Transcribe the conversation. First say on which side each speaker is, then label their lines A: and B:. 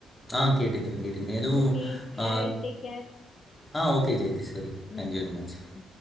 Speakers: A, on the left; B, on the left.
A: ஆ கேட்டுக்கறே கேட்டுக்கறே எதுவு
B: ஓகே பாய்
A: ஆ
B: டேக் கேர்
A: ஆ ஓகே ஜெகதீஸ்வரி தேங்க்
B: ம்
A: யூ வெரி
B: ம்
A: மச்
B: ம்